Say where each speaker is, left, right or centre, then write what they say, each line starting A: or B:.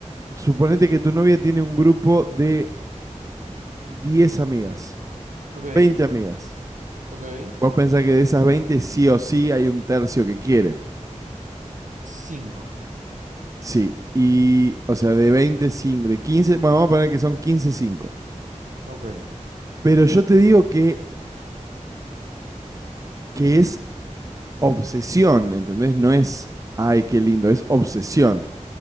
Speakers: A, on the right; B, on the right.
A: suponete que tu novia tiene un grupo de 10 amigas,
B: ok,
A: 20 amigas.
B: ok.
A: Vos pensás que de esas 20 sí o sí hay un tercio que quiere.
B: Cinco.
A: Sí. Y, o sea, de veinte cinco de 15 bueno, vamos a poner que son 15 cinco
B: Ok.
A: Pero yo te digo que, que es obsesión, ¿entendés? No es, ay, qué lindo, es obsesión.